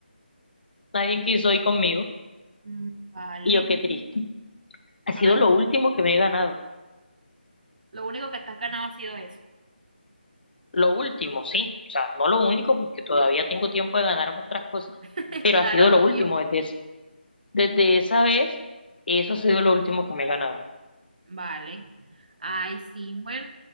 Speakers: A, on the left; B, on the right.
A: Nadie quiso ir conmigo.
B: mm, vale.
A: Y yo, qué triste. Ha sido
B: Ay,
A: lo último que me he ganado.
B: lo único que te has ganado ha sido eso.
A: Lo último, sí, o sea, no lo único, porque todavía tengo tiempo de ganar otras cosas,
B: <laughs>
A: pero
B: Claro,
A: ha sido lo último
B: obvio.
A: desde, es- desde esa vez, eso ha sido lo último que me he ganado.
B: Vale. Ay, sí. Bueno,